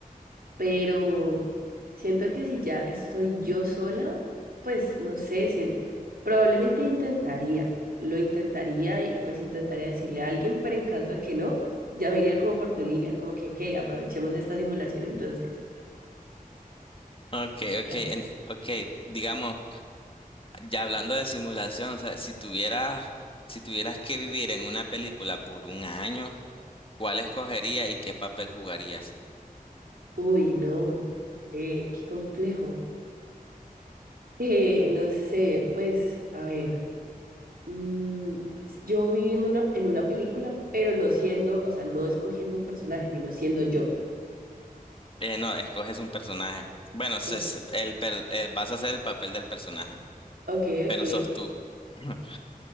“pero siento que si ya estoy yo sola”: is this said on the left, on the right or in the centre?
Right